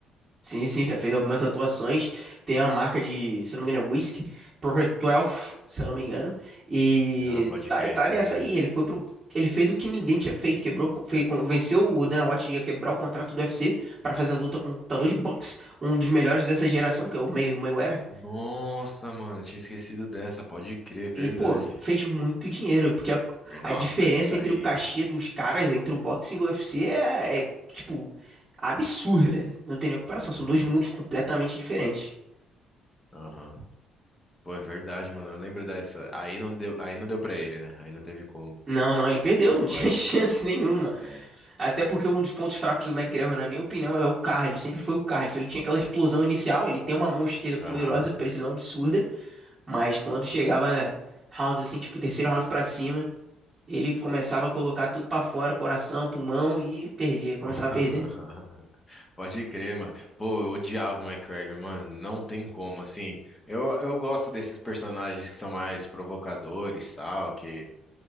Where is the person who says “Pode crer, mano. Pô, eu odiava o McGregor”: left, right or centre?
Left